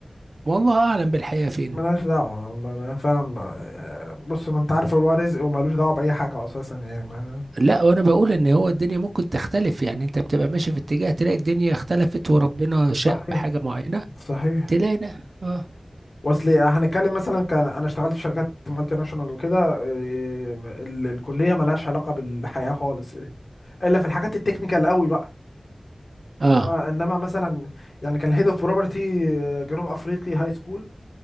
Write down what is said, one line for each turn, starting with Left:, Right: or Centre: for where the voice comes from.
Right: والله اعلم بالحقيقة فين
Left: ملهاش دعوة والله أنا فعلا آه، بص ما انت عارف هو رزق وملوش دعوة بأي حاجة اساسا يعني ما
Right: لا وانا بقول ان هو الدنيا ممكن تختلف يعني انت بتبقى ماشي في اتجاه تلاقي الدنيا اختلفت وربنا شاء
Left: صحيح
Right: بحاجة معينة
Left: صحيح
Right: تلاقي ده اه
Left: واصل إيه، هنتكلم مثلا كان انا اشتغلت في شركات مالتي ناشونال وكده إيه، ال- الكليه ملهاش علاقه بالحياه خالص إيه. الا في الحاجات التكنيكال قوي بقى
Right: اه
Left: انما انما مثلا يعني كان الهيد اوف بروبرتي جنوب افريقي هاي سكول